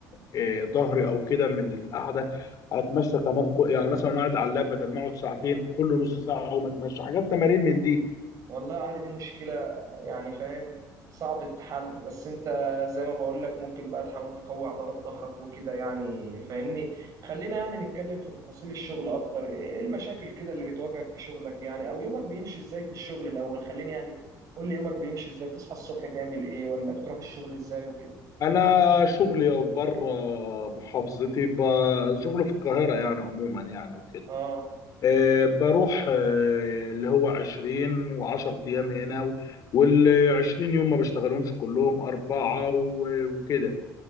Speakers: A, on the left; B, on the right.
A: آه، ظهري او كده من القعده اتمشى كمان كو- يعني مثلا قاعد على اللاب بدل ما اقعد ساعتين كل نص ساعه اقوم اتمشى حاجات تمارين من دي
B: والله يا علي دي مشكلة يعني فاهم صعب تتحل بس انت زي ما بقول لك ممكن بقى تحاول تقوي عضلات ظهرك وكده يعني فاهمني خلينا يعني نتكلم في تفاصيل الشغل اكتر ايه المشاكل كده اللي بتواجهك في شغلك يعني او يومك بيمشي ازاي في الشغل الاول خليني يعني قول لي يومك بيمشي ازاي تصحى الصبح تعمل ايه ولا بتروح الشغل ازاي وكده
A: انا شغلي بره محافظتي ب- شغلي في القاهره يعني عموما يعني وكده
B: اه
A: آه، بروح آه، اللي هو 20 و10 ايام هنا وال 20 يوم ما بشتغلهمش كلهم اربعه و- وكده